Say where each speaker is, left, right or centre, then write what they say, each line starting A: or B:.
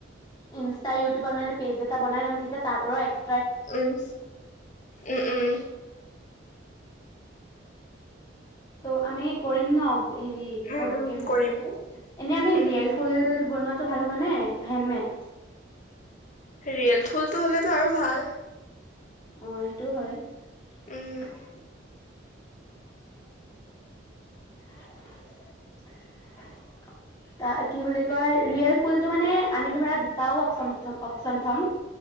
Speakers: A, on the left; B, on the left.
A: ইনষ্টা, ইউটিউবত মানে পেজ এটা বনাই ল'ম তেতিয়া তাৰ পৰাও এক্স
B: উম। উম, উম।
A: তো আমি কৰিম ন? হেৰি কি
B: উম
A: কয়
B: উম
A: বুকে বিজনেছটো,
B: কৰিম
A: এনে আমি
B: উম
A: ৰিয়েল ফুল বনোৱাটো ভাল হ'ব নে হেণ্ডমেড?
B: ৰিয়েল ফুল তো হ'লেতো আৰু ভাল।
A: অ', সেইটোও হয়।
B: উম
A: <unintelligible> <unintelligible> তা কি বুলি কয় ৰিয়েল ফুলটো মানে আমি ধৰা দুটাও অপচম থ অপচন থ'ম